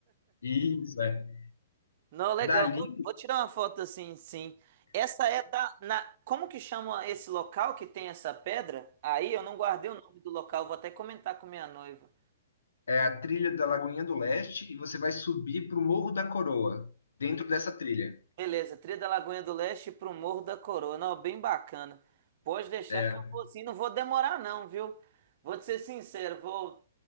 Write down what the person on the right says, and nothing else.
Não, legal.
Vou, vou tirar uma foto assim, sim. Essa é da. Na, como que chama esse local que tem essa pedra? Aí eu não guardei o nome do local, vou até comentar com minha noiva.
Beleza, trilha da Lagoinha do Leste pro Morro da Coroa. Não, bem bacana. Pode deixar
que eu vou sim, não vou demorar não, viu? Vou te ser sincero, vou...